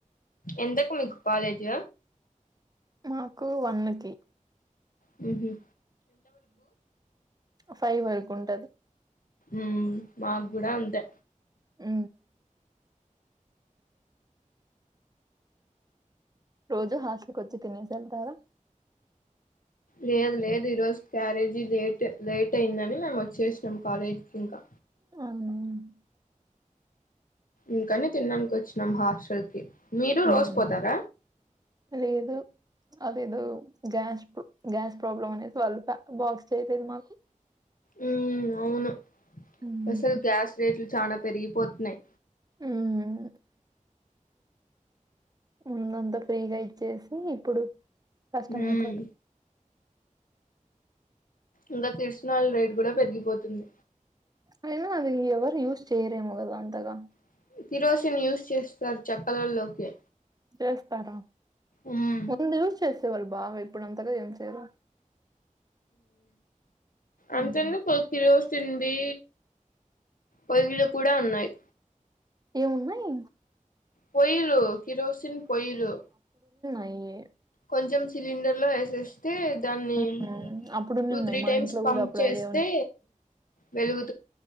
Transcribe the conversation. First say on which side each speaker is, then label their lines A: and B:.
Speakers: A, on the left; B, on the right.
A: ఎంతకు మీకు కాలేజ్
B: మాకు వన్నకి
A: హ
B: అ ఫైవ్ వరకు ఉంట
A: ఉ మాకు కూడ అంతే
B: ఉ రోజు హాస్టల్ వచ్చి తినేసి వెళ్తారా
A: లేదు లేదు ఈరోజు క్యారేజీ లేట్ లేట్ అయిందని మేము వచ్చేసినాం కాలేజీకి ఇంకా
B: అవును
A: ఇంకానే తినడానికి వచ్చినాం హాస్టల్ కి మీరు రోజు
B: ఉమ్,
A: పోతార
B: లేదు అదేదో గ్యాస్ గ్యాస్ ప్రాబ్లమ్ అనేసి వాళ్ళు బాక్స్ చేసది మాకు
A: ఉ అవును
B: ఉమ్,
A: అసలు గ్యాస్ రేట్లు చాల పెరిగిపోతున్నాయి
B: ఉమ్, ముందంతా ఫ్రీగా ఇచ్చేసి ఇప్పుడు కష్టము
A: ఉమ్
B: అయిపో
A: ఇంకా కీర్సనాలు రేట్ కూడా పెరిగిపోతుంది
B: అయినా అది ఎవరు యూస్ చేయరేమో కదా అంతగా
A: <unintelligible> చేస్తారు చక్కలలోకి
B: చేస్తార
A: ఉమ్
B: ముందు యూస్ చేసేవాళ్ళు బాగ ఇప్పుడుంతగా ఏం చేయరు
A: అంతెందుకొ
B: ఉమ్.
A: కిరోసిన్ దీ పొయ్యిలు కూడ ఉన్నయ్
B: ఏవున్నయ్
A: పోయ్యిలు కిరోసిన్ పొయ్లు
B: అయ్యే
A: కొంచెం సిలిండర్లో ఏసేస్ తే దాన్నీ
B: హ్మ్. అప్పుడున్నిన్నాయి
A: టూ త్రీ
B: మా
A: టైమ్స్
B: ఇంట్లో
A: పంప్
B: గూడా అప్పుడు
A: చేస్తే
B: అదే
A: వెలుగు